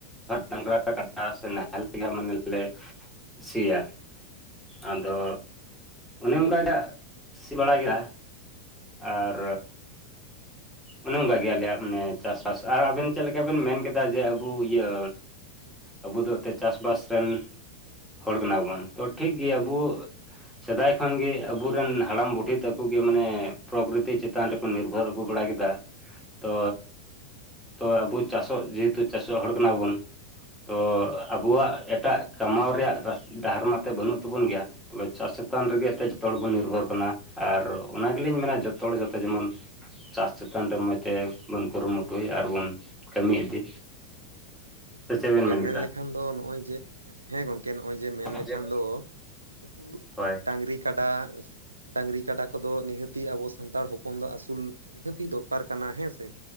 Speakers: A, in the centre; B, on the right (about 80°).
A: ᱰᱟᱝᱨᱟ <unintelligible> ᱠᱟᱴᱟ ᱥᱮ ᱱᱟᱦᱮᱞ ᱢᱟᱱᱮ ᱞᱮ ᱥᱤᱭᱟ ᱟᱫᱚ ᱚᱱᱮ ᱚᱱᱠᱟᱜᱮ ᱦᱟᱜ ᱥᱤ ᱵᱟᱲᱟ ᱠᱮᱫᱟ ᱟᱨ ᱚᱱᱮ ᱚᱱᱠᱟ ᱜᱮ ᱟᱞᱮᱭᱟᱜ ᱢᱟᱱᱮ ᱪᱟᱥ ᱟᱨ ᱟᱵᱮᱱ ᱪᱮᱫ ᱞᱮᱠᱟ ᱵᱮᱱ ᱢᱮᱱ ᱠᱮᱫᱟ ᱡᱮ ᱟᱵᱚ ᱤᱭᱟᱹ ᱟᱵᱚ ᱫᱚ ᱮᱱᱛᱮ ᱪᱟᱥᱵᱟᱥ ᱨᱮᱱ ᱦᱚᱲ ᱠᱟᱱᱟᱵᱚᱱ ᱛᱚ ᱴᱷᱤᱠ ᱜᱮᱭᱟ ᱟᱵᱚ ᱥᱮᱫᱟᱭ ᱠᱷᱚᱱ ᱜᱮ ᱟᱵᱚᱨᱮᱱ ᱦᱟᱲᱟᱢ ᱵᱩᱰᱷᱤ ᱛᱟᱠᱚ ᱜᱮ ᱢᱟᱱᱮ ᱯᱨᱚᱠᱨᱤᱛᱤ ᱪᱮᱛᱟᱱ ᱨᱮᱠᱚ ᱱᱤᱨᱵᱷᱚᱨ ᱟᱹᱜᱩ ᱵᱟᱲᱟ ᱠᱮᱫᱟ ᱛᱚ ᱛᱚ ᱟᱵᱚ ᱪᱟᱥᱚᱜ ᱡᱮᱦᱮᱛᱩ ᱪᱟᱥᱚᱜ ᱦᱚᱲ ᱠᱟᱱᱟ ᱵᱚᱱ ᱛᱚ ᱟᱵᱚᱣᱟᱜ ᱮᱴᱟᱜ ᱠᱟᱢᱟᱣ ᱨᱮᱭᱟᱜ ᱰᱟᱦᱟᱨ ᱢᱟᱛᱮ ᱵᱟᱹᱱᱩᱜ ᱛᱟᱵᱚᱱ ᱜᱮᱭᱟ ᱛᱚᱵᱮ ᱪᱟᱥ ᱪᱮᱛᱟᱱ ᱨᱮᱜᱮ ᱮᱱᱛᱮ ᱡᱚᱛᱚ ᱦᱚᱲ ᱵᱚᱱ ᱱᱤᱨᱵᱷᱚᱨ ᱠᱟᱱᱟ ᱟᱨ ᱚᱱᱟ ᱜᱮᱞᱤᱧ ᱢᱮᱱᱟ ᱡᱚᱛᱚ ᱦᱚᱲ ᱡᱚᱛᱚ ᱡᱮᱢᱚᱱ ᱪᱟᱥ ᱪᱮᱛᱟᱱ ᱨᱮ ᱢᱚᱸᱡᱽ ᱛᱮᱵᱚᱱ ᱠᱩᱨᱩᱢᱩᱴᱩᱭ ᱟᱨᱵᱚᱱ ᱠᱟᱹᱢᱤ ᱤᱫᱤ ᱥᱮ
B: ᱦᱮᱸ
A: ᱪᱮᱫ
B: ᱜᱚᱝᱠᱮ
A: ᱵᱮᱱ
B: ᱢᱮᱱ
A: ᱠᱮᱫᱟ
B: ᱞᱮᱠᱷᱟᱱ ᱫᱚ ᱱᱚᱜᱼᱚᱭ ᱡᱮ ᱦᱮᱸ ᱜᱚᱝᱠᱮ ᱱᱚᱜᱼᱚᱭ ᱡᱮ ᱢᱮᱱ ᱞᱮᱠᱷᱟᱱ
A: ᱡᱮᱢᱚᱱ
B: ᱫᱚ ᱱᱩᱠᱩ
A: ᱦᱳᱭ
B: ᱰᱟᱝᱨᱤ ᱠᱟᱰᱟ ᱰᱟᱝᱨᱤ ᱠᱟᱰᱟ ᱠᱚᱫᱚ ᱱᱤᱦᱟᱹᱛᱤ ᱟᱵᱚ ᱥᱟᱱᱛᱟᱲ ᱦᱚᱯᱚᱱ ᱫᱚ ᱟᱹᱥᱩᱞ ᱱᱤᱦᱟᱹᱛᱤ ᱫᱚᱨᱠᱟᱨ ᱠᱟᱱᱟ ᱦᱮᱸ ᱥᱮ